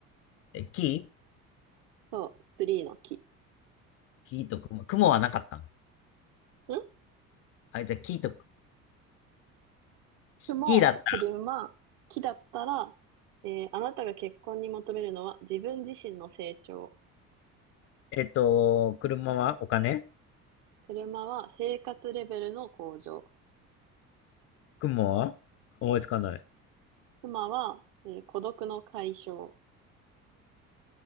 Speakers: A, on the left; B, on the right.
A: え、木
B: と、ツリーの木。
A: 木と雲。雲はなかったん
B: ん
A: あ、じゃあ木とキキだった。
B: も車、木だったら、えーあなたが結婚に求めるのは自分自身の成長。
A: えっと、車はお金
B: 車は生活レベルの向上。
A: 雲は思いつかない。
B: 妻は、えー孤独の解消。